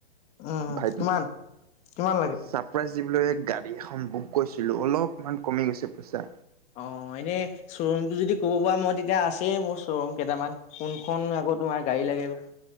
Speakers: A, on the left; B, on the right.
A: উম,
B: ভাইটি
A: কিমান কিমান লাগে?
B: ছাৰপ্ৰাইজ যি বোলো গাড়ী এখন বুক কৰিছিলো অলপমান কমি গৈছে পইচা
A: অ এনেই শ্ব'ৰুমটো যদি ক'ব পৰা মই তেতিয়া আছেই মোৰ শ্ব'ৰুম কেইটামান কোনখন আগত তোমাৰ গাড়ী লাগে বা